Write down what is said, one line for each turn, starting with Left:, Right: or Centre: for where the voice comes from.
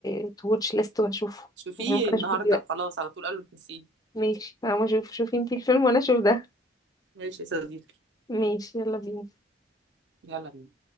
Left: التواتش ليست وهشوفه
Right: شوفيه
Left: يعني ممكن
Right: النهاردة
Left: اشوفه دلوقتي
Right: خلاص على طول قبل ما تنسيه
Left: ماشي انا اشوف شوفي انتي الفيلم وانا اشوف ده
Right: ماشي يا صديقي
Left: ماشي يلا بينا
Right: يلا بينا